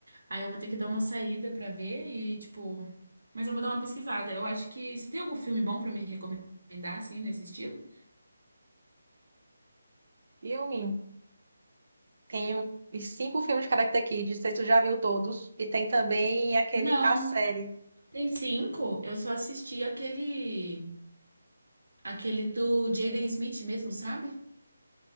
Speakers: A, on the right (about 70°); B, on the right (about 55°).
A: aí eu vou ter que dar uma saída pra ver e, tipo... Mas eu vou dar uma pesquisada. Eu acho que... Você tem algum filme bom pra me recomendar, assim, nesse estilo?
B: Filme. Tenho os cinco filmes de Karate Kid. Não sei se tu já viu todos. E tem também aquele,
A: Não.
B: a série.
A: Tem cinco? Eu só assisti aquele... Aquele do Jaden
B: Tem,
A: Smith mesmo, sabe?